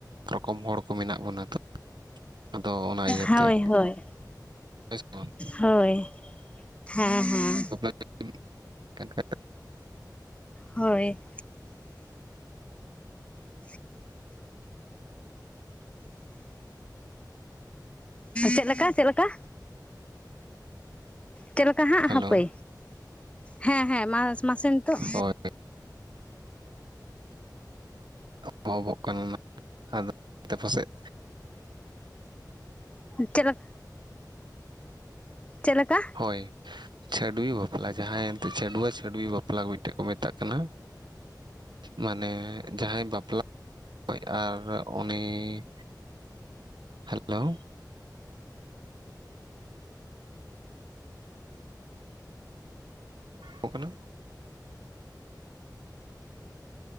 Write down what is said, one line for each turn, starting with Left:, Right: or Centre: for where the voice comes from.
Right: ᱨᱚᱠᱚᱢ ᱦᱚᱲ ᱠᱚ ᱢᱮᱱᱟᱜ ᱵᱚᱱᱟ ᱛᱚ ᱟᱫᱚ ᱚᱱᱟ ᱤᱭᱟᱹᱛᱮ
Left: ᱦᱳᱭ-ᱦᱳᱭ
Right: ᱦᱳᱭ ᱥᱮ ᱵᱟᱝ
Left: ᱦᱳᱭ ᱦᱮᱸᱻᱦᱮᱸᱻ
Right: ᱪᱮᱫ ᱦᱚᱸ ᱵᱟᱝ ᱟᱸᱡᱚᱢ ᱴᱷᱤᱠᱟᱹᱜ ᱠᱟᱱᱟ ᱾
Left: ᱦᱳᱭ ᱪᱮᱫ ᱦᱚᱸ ᱵᱟᱝ ᱟᱸᱡᱚᱢ ᱴᱷᱤᱠᱟᱹᱜ ᱠᱟᱱᱟ ᱾ ᱪᱮᱫ ᱞᱮᱠᱟ-ᱪᱮᱫ ᱞᱮᱠᱟ ᱪᱮᱫ ᱞᱮᱠᱟ ᱦᱟᱜ
Right: ᱦᱮᱞᱳ
Left: ᱦᱟᱯᱮ ᱦᱮᱸᱻᱦᱮᱸᱻ ᱢᱟ ᱢᱟᱥᱮ ᱱᱤᱛᱚᱜ
Right: ᱦᱳᱭ ᱵᱷᱚᱸ-ᱵᱷᱚᱸ ᱠᱟᱱᱟ ᱟᱫᱚ ᱚᱱᱟᱛᱮ ᱯᱟᱥᱮᱫ
Left: ᱪᱮᱫ ᱞᱮᱠᱟ ᱪᱮᱫ ᱞᱮᱠᱟ
Right: ᱦᱳᱭ ᱪᱷᱟᱹᱰᱩᱭ ᱵᱟᱯᱞᱟ ᱡᱟᱦᱟᱸᱭ ᱮᱱ ᱛᱮ ᱪᱟᱹᱰᱣᱟᱹ ᱪᱷᱟᱹᱰᱩᱭ ᱵᱟᱯᱞᱟ ᱢᱤᱫ ᱴᱟᱝ ᱠᱚ ᱢᱮᱛᱟᱜ ᱠᱟᱱᱟ᱾ ᱢᱟᱱᱮ ᱡᱟᱦᱟᱸᱭ ᱵᱟᱯᱞᱟ ᱦᱚᱭ ᱟᱨ ᱩᱱᱤ ᱦᱮᱞᱳ ᱚᱯᱱᱟ